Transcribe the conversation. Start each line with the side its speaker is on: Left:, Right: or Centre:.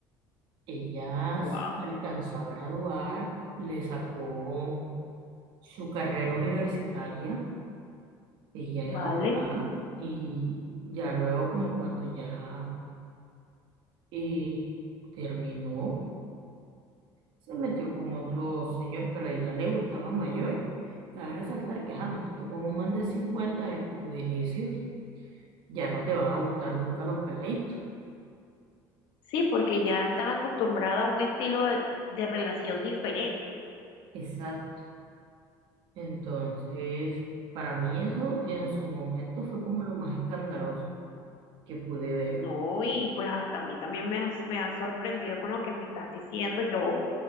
Right: Ella
Left: wow
Right: se alcanzó a graduar, le sacó su carrera universitaria, ella
Left: Vale,
Right: es abogada y ya luego como cuando ya eh, terminó, se metió con otro señor, pero a ella le gustaban mayores. Cabe resaltar que, ajá, métete con un man de 50 desde tus inicios, ya no te van a gustar nunca los peladitos.
Left: sí, porque ya estás acostumbrada a un estilo de, de relación diferente,
Right: Exacto. Entonces, para mí eso en su momento fue como lo más escandaloso que pude ver.
Left: ¿no? Y pues hasta a mí también me has, me has sorprendido con lo que me estás diciendo. Yo